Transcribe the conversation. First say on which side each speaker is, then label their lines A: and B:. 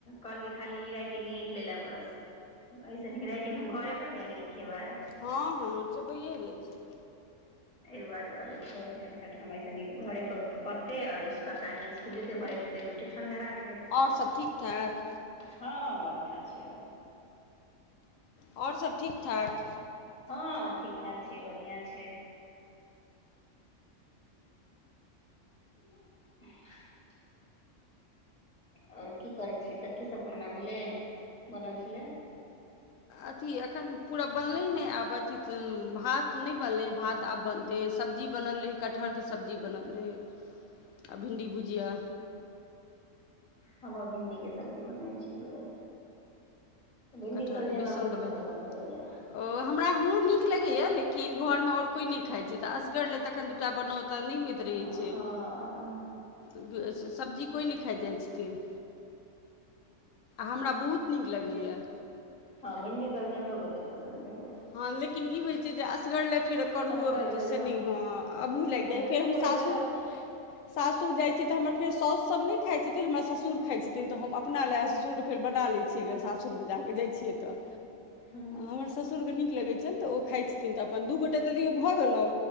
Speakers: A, on the left; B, on the left.
A: कहलकै खाली ई रइटिंग लिख लेला बस अइ स निक राटिंग हम घरे पर किया नै लिखेबै
B: हँ- हँ च भए जाइ छै।
A: एहि दुआरे कहलै छोर झंझट हमअइ स निक घरे पर पढ़ते और सरकारी इस्कुल <unintelligible> एगो ट्यूशन धरा देबै
B: आओर सब ठीक ठाक
A: हँ बढ़ियां छै आओर
B: आओर सभ ठीक ठाक?
A: हँ ठीक ठाक छै, बढ़आं छै। <unintelligible> आओर की करै छियै तऽ की सब खाना भेले बनल छलै।
B: अथी एखन पूरा बनलै नहि आब अथी तऽ भात नहि बनलै भात आब बन ए सब्जी बनल रहै कटहरके सब्जी बनल रहै आ भिण्डी भुजिआ
A: हम आब भिण्डीके सब्जी बनने छियै। भिंडी
B: कटहरके
A: सब्जी हमरा
B: बेसनवला
A: बहुते
B: नहि
A: पसन्द रहैया।
B: ओ हमरा मुंह नीक लगया लेकिन घर मे ओर कोई नहि खाइ छी तऽ असगर ले तखन दूटा बनाउ तऽ नहि होइ ैक्षे
A: हँ
B: ई छै।
A: हँ हँ
B: उदु एस सब्जी कोई ने खा जा छतिन हमरा बुत नीक लगैया।
A: हँ भिन्डी सब्जी हमो बुतेह पसन्द रहैया।
B: हँ लेकिन ई होइत छै जे असगर लए रक करू
A: असगर लेल
B: से ने हँ अबू लागि
A: आब
B: जाइ
A: जब नहि
B: फेर हम
A: कोइ
B: सासुर
A: खेलक
B: सासुर जाइत छियै तऽ हमर फेर सासुसभ नहि खाइत छथिन हमर ससुर खाइत छथिन तऽ हम अपना लए ससुर फेर बना लै छियै सासुरमे जाकऽ जाइ छियै तऽ
A: हूँ
B: हमर ससुरके नीक लगै छनि तऽ ओ खाइत छथिन तऽ अपन दू गोटे तऽदियओ भऽ गेलहुँ